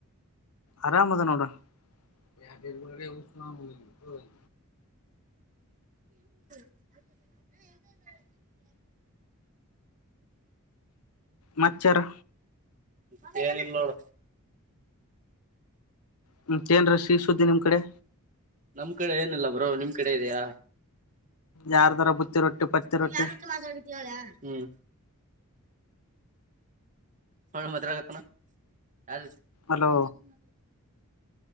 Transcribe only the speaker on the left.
ಆರಾಮ್ ಅದ ನೋಡ. ಹ ಬ ಉ ಸ್ಲ <unintelligible>
ಮಚ್ಚರ್.
ಹ್ಮ ಮತ್ತೆನ್ರ ಶೀಸುದ್ದಿ ನಿಮ್ ಕಡೆ.
ಯಾರ್ದರ ಬುತ್ತಿ ರೊಟ್ಟಿ. ಪತ್ತಿ
ರೊಟ್ಟಿ
ಅಲೋ